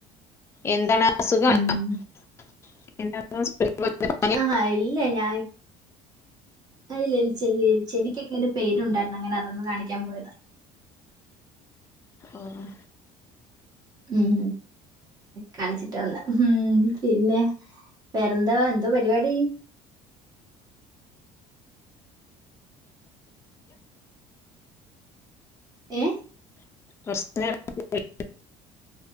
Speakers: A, on the left; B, on the right.
A: എന്താണ് അസുഖാണോ
B: ഉം.
A: <unintelligible>
B: ആഹ് ഇല്ല ഞാനി <unintelligible> ചെവി ചെവിക്കൊക്കെ ഒരു പെയിൻ ഉണ്ടായിരുന്നു അങ്ങന അതൊന്ന് കാണിക്കാൻ പോയതാ
A: ആഹ്
B: ഉം കാണിച്ചിട്ട് വന്നെ ഉം പിന്നെ വേറെന്താ എന്തോ പരിപാടി ഏ
A: <unintelligible>